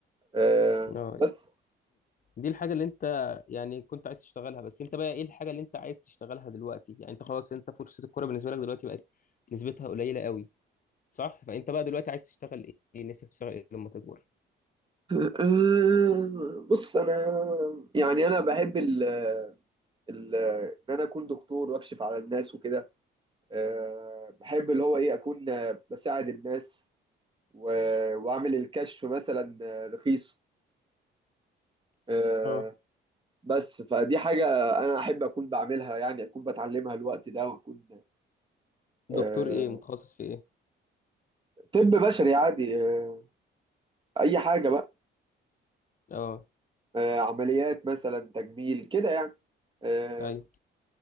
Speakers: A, on the right; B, on the left.
A: آه،
B: اه
A: بس
B: دي الحاجة اللي انت يعني كنت عايز تشتغلها بس انت بقى ايه الحاجة اللي انت عايز تشتغلها دلوقتي يعني انت خلاص انت فرصة الكورة بالنسبة لك دلوقتي بقت نسبتها قليلة قوي صح فانت بقى دلوقتي عايز تشتغل ايه نفسك تشتغل ايه لما تكبر
A: <laughs> آه، بص انا يعني انا بحب ال ال- ان انا اكون دكتور واكشف على الناس وكده آه، بحب اللي هو ايه اكون آه، بساعد الناس و- واعمل الكشف مثلا آه، رخيص آه،
B: اه
A: بس فدي حاجة أنا أحب أكون بعملها يعني أكون بتعلمها الوقت ده وأكون
B: دكتور
A: آه،
B: ايه متخصص في ايه
A: طب بشري عادي آه، أي حاجة بقى
B: اه
A: آه، عمليات مثلا تجميل كده يعني آه،
B: ايوه